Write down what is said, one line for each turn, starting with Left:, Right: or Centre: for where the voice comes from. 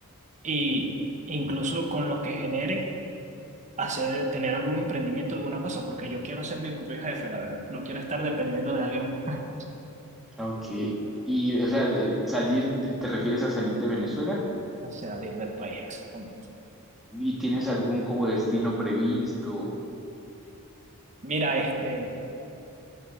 Right: y incluso con lo que genere hacer, tener algún emprendimiento, alguna cosa, porque yo quiero ser mi propio jefe, la verdad. No quiero estar dependiendo de alguien más.
Centre: Ok. Y, o sea, de- salir, eh, ¿te refieres a salir de Venezuela?
Right: <laughs> Salir del país, exactamente.
Centre: ¿Y tienes algún como destino previsto?
Right: Mira, este,